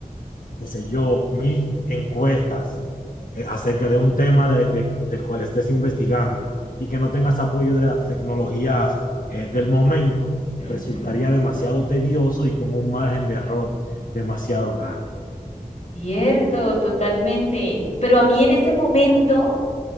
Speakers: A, on the left (about 65°); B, on the left (about 50°).
A: qué sé yo, mil encuestas eh, acerca de un tema de, de, del cual estés investigando y que no tengas apoyo de las tecnologías eh, del momento,
B: Ujú.
A: resultaría demasiado tedioso y con un margen de error demasiado grande.
B: Cierto, totalmente. Pero a mí en ese momento